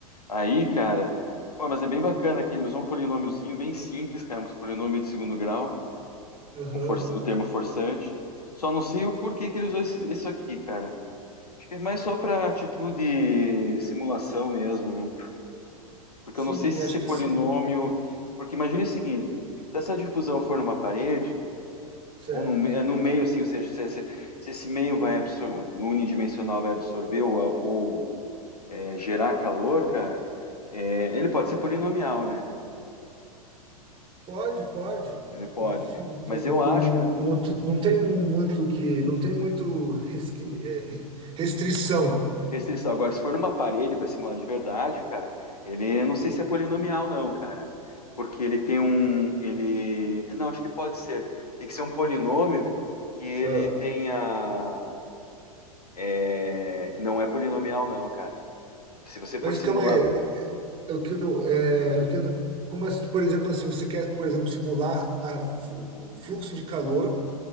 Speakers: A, on the left; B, on the right.
A: Aí, cara. Pô, mas é bem bacana que ele usou um polinômiozinho bem simples, cara. Um polinômio de segundo grau,
B: Aham.
A: um força- o termo forçante. Só não sei o porquê que ele usou esse- isso aqui, cara. Acho que é mais só para título de simulação mesmo, né? Porque
B: Sim,
A: eu não sei se
B: acho
A: esse polinômio.
B: que sim.
A: Porque imagine o seguinte: se essa difusão for numa parede,
B: Certo.
A: ou num, me- é, num meio, assim, ou seja, se, esse se esse meio vai absorver, no unidimensional vai absorver ou, a- ou, é, gerar calor, cara, é, ele pode ser polinomial, né?
B: Pode, pode.
A: Ele pode.
B: Pode sim. Tem,
A: Mas eu acho
B: o,
A: que, né,
B: não, te- não tem muito que. Não tem muito resqui- é, re- restrição.
A: Restrição. Agora, se for numa parede para simular de verdade, cara, ele não sei se é polinomial, não, cara. Porque ele tem um. Ele. Não, acho que pode ser. Tem que ser um polinômio que ele
B: Ah,
A: tenha. é, Não é polinomial, não, cara. Se você for
B: mas
A: simular.
B: calma aí. É o que eu, é, o que eu não- como, as- por exemplo, assim, você quer, por exemplo, simular a flu- o fluxo de calor